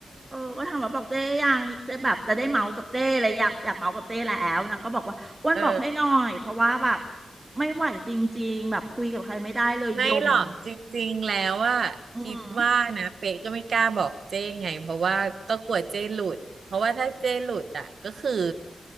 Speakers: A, on the right; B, on the right.
A: เออก็ถามว่าบอกเจ้หรือยังเจ้แบบจะได้เมาส์กับเจ้เลยอยากอยากเมาส์กับเจ้แล้วนางก็บอกว่าอ้วนบอกให้หน่อยเพราะว่าแบบ
B: เออ
A: ไม่ไหวจริงๆแบบคุยกับใครไม่ได้เลยยม
B: ไม่หรอกจริงๆแล้วอะคิดว่านะเป๊กก็ไม่กล้าบอกเจ้ไงเพราะว่าก็กลัวเจ้หลุดเพราะว่าถ้าเจ้หลุดอะก็คือ
A: อือหือ